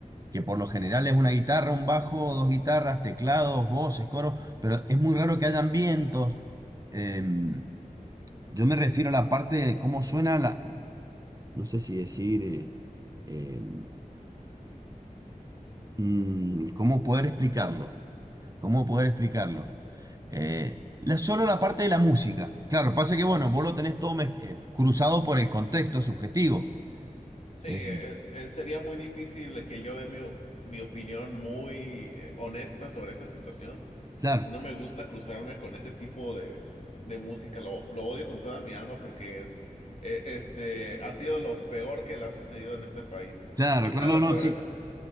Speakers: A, on the right (about 25°); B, on the left (about 50°).
A: que por lo general es una guitarra, un bajo, dos guitarras, teclados, voces, coros, pero es muy raro que hayan vientos. Em, yo me refiero a la parte de cómo suena la... No sé si decir... eh, eh, mm, ¿cómo poder explicarlo? ¿Cómo poder explicarlo? Eh, la, solo la parte de la música. Claro, pasa que, bueno, vos lo tenés todo mez- eh, cruzado por el contexto subjetivo.
B: Sí,
A: Eh,
B: eh, eh, sería muy difícil de que yo dé mi, o- mi opinión muy eh, honesta sobre esa situación.
A: claro,
B: No me gusta cruzarme con ese tipo de, de música. Lo, lo odio con toda mi alma porque es, e- este, ha sido lo peor que le ha sucedido en este país.
A: claro, claro,
B: Una de
A: no,
B: las
A: no,
B: peores.
A: sí,